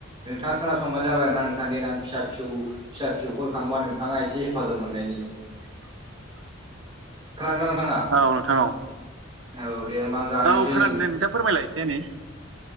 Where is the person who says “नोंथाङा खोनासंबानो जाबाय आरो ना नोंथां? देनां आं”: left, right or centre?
Right